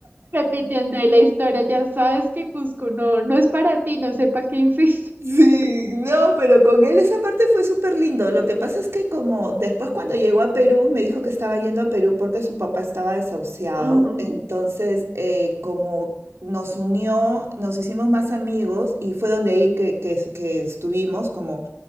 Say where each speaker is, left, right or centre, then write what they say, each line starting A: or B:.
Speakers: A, on the right (about 50°); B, on the right (about 85°).
A: repitiendo ahí la historia, ya sabes que Cusco no, no es para ti, no sé para qué insiste.
B: Sí, no, pero con él esa parte fue súper lindo. Lo que pasa es que como después cuando llegó a Perú me dijo que estaba yendo a Perú porque su papá estaba desahuciado.
A: Ujú,
B: Entonces, eh, como nos unió, nos hicimos más amigos y fue donde ahí que, que, que estuvimos como,